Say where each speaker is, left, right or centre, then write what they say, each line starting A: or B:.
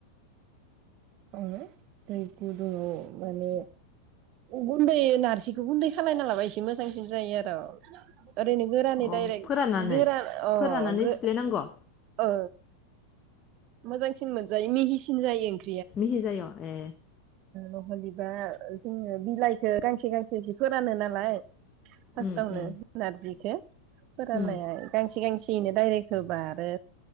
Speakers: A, on the right; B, on the left.
A: ओ दै गुदु माने गुन्दै नारजिखौ गुन्दै खालायना लाबा एसे मोजांसिन जायो आरो ओरैनो गोरानै
B: अ
A: डाइरेक्ट
B: फोराननानै
A: गोरान अ
B: फोराननानै
A: गो
B: सिफ्लेनांगौ
A: औ मोजांसिन मोनजायो मिहिसिन जायो ओं
B: मिहि जाय' ए
A: ओ <unintelligible> दा जोंङो बिलाइखौ गांसे गांसेसो फोरानो नालाय फास्थावनो
B: उम उम
A: नारजिखौ फोराननाया
B: उम
A: गांसे गांसे एनो डाइरेक्ट होबा आरो